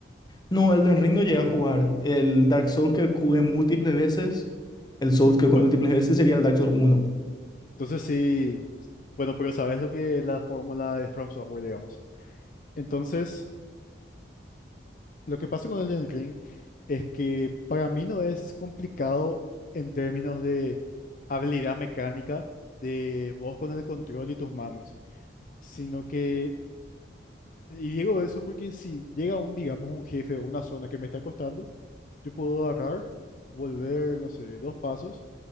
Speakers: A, on the left; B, on the left.
A: No, Elden Ring no llegué a jugar. El Dark Souls que jugué múltiples veces, el Souls que jugué
B: Bueno,
A: múltiples veces sería el Dark Souls uno.
B: entonces sí, bueno, pero sabes lo que es la fórmula de From Software, digamos. Entonces, lo que pasa con Elden Ring es que para mí no es complicado en términos de habilidad mecánica de vos con el control y tus manos, sino que Y digo eso porque si llega un, digamos, un jefe o una zona que me está costando, yo puedo agarrar, volver, no sé, dos pasos,